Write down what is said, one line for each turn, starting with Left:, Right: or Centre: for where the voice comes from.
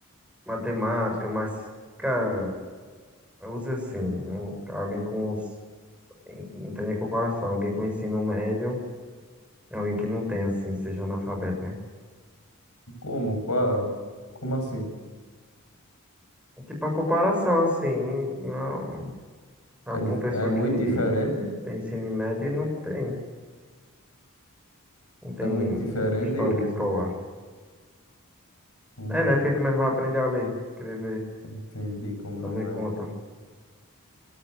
Centre: matemática, mas, cara, usa sim. Um- Alguém com. os- Não tem nem comparação. Alguém com ensino médio é alguém que não tem, assim, seja analfabeto, né?
Left: Como? Qual? Como assim?
Centre: Tipo, a comparação, assim, não- pra
Left: É, di-
Centre: uma pessoa
Left: é muito
Centre: que
Left: diferente?
Centre: tem ensino médio e não tem. Não tem
Left: É muito diferente,
Centre: histórico
Left: eu
Centre: escolar.
Left: não
Centre: É, né? Porque como ele vai aprender a ler, escrever,
Left: entendi como
Centre: fazer
Left: é.
Centre: conta?